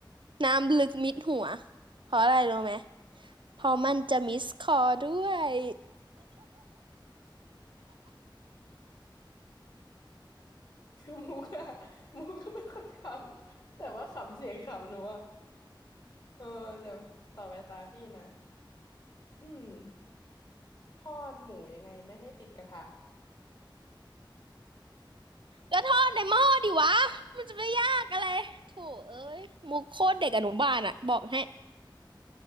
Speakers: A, on the right; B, on the left.
A: น้ำลึกมิดหัวเพราะอะไรรู้ไหมเพราะมันจะมิสคอลด้วย
B: คือมุกอะ <laughs> มุกก็ไม่ค่อยขำแต่ว่าขำเสียงขำหนูอะเออจะต่อไปตาพี่นะอืมทอดหมูยังไงไม่ให้ติดกระทะ
A: ก็ทอดในหม้อดิวะมันจะไปยากอะไรโถเอ้ยมุกโคตรเด็กอนุบาลอ่ะบอกให้